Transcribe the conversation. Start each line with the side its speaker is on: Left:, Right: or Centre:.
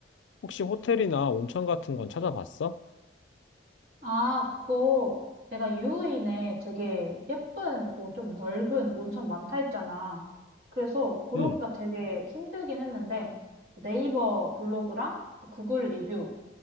Left: 혹시 호텔이나 온천 같은 건 찾아봤어?
Right: 아, 그거 내가 유후인에 되게 예쁜, 고 좀 넓은 온천 많다 했잖아. 그래서 고르기가
Left: 응.
Right: 되게 힘들긴 했는데 네이버 블로그랑 구글 리뷰,